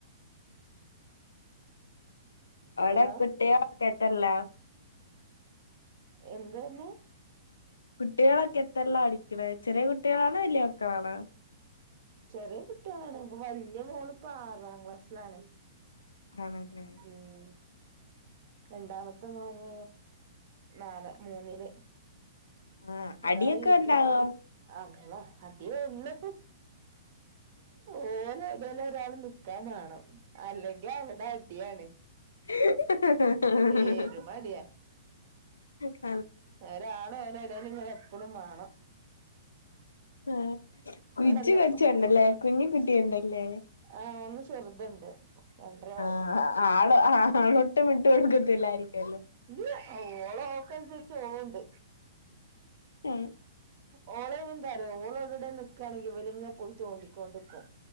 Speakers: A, on the right; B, on the left.
A: ഹലോ
B: അടെ കുട്ട്യാ ക്കെ ത്ത ല്ല.
A: എന്ത ന്നെ
B: കുട്ട്യാളൊക്കെ എത്രേലാ പഠിക്ക്ണെ ചെറ്യേ കുട്ട്യാളാണോ വല്ല്യ മക്കളാണോ?
A: ചെറ്യേ കുട്ട്യാളാണ് പ്പൊ വലിയ മോള് പ്പൊ ആറാം ക്ലാസ്സിലാണ്
B: ആണല്ലേ
A: ഉം രണ്ടാമത്തെ മോന് നാല മൂന്നില്.
B: ആഹ്
A: ഒരാള്
B: അടിയൊക്കെ
A: യുകെജി
B: ഉണ്ടാവോ
A: അ ള്ളാ അടിയേ ഉള്ളു- ഓലെ ടേല് ഒരാൾ നിക്കാൻ വാണം അല്ലെങ്കിൽ അവിടെ അടിയാണ്.
B: ഹ് ഹ്
A: പെരും
B: ഹ്
A: അടിയാ
B: ഹ്
A: ഒരാള് ഓലെ ഇടേൽ ഇങ്ങനെ എപ്പളും വാണം.
B: ആ <unintelligible> കൊച്ചുണ്ടല്ലേ
A: എന്തൊക്ക
B: കുഞ്ഞിക്കുട്ടി ഒണ്ടല്ലേ
A: ആ ഒന്ന് ചെറുത്ണ്ട് രണ്ടര വയസ്സ്.
B: ആഹ് ആള് ആളൊട്ടും വിട്ട് കൊടുക്കത്തില്ലായിരിക്കുവല്ലോ
A: ഇല്ല്യ ഓള് ഓക്ക് അൻസര്ച് ഓളുംണ്ട്.
B: ഉം
A: ഓളയ്നെന്താറ്യോ ഓള് അവ്ടെവ്ടെം നിക്കാണെങ്കി ഇവല്ങ്ങനെ പോയി തോണ്ടി. ക്കോണ്ട്ക്കും